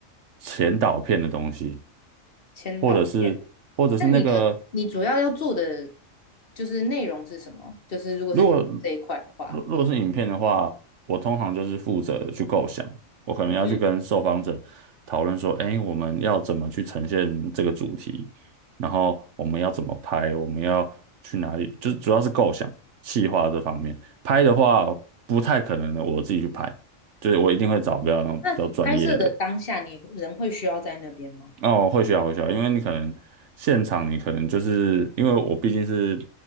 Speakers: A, on the right; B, on the left.
A: 前导片的东西，
B: 签到片。
A: 或者是或者是那个
B: 那你的你主要要做的就是内容是什么？就是如果是影这一块的话，
A: 如果如如果是影片的话，我通常就是负责去构想，我可能要去跟受访者讨论说，
B: 嗯，
A: 哎，我们要怎么去呈现这个主题，然后我们要怎么拍，我们要去哪里，就是主要是构想、企划这方面。拍的话，不太可能我自己去拍，就是我一定会找比较比较专业的。
B: 那拍摄的当下，你人会需要在那边吗？
A: 哦，会需要会需要，因为你可能现场你可能就是因为我毕竟是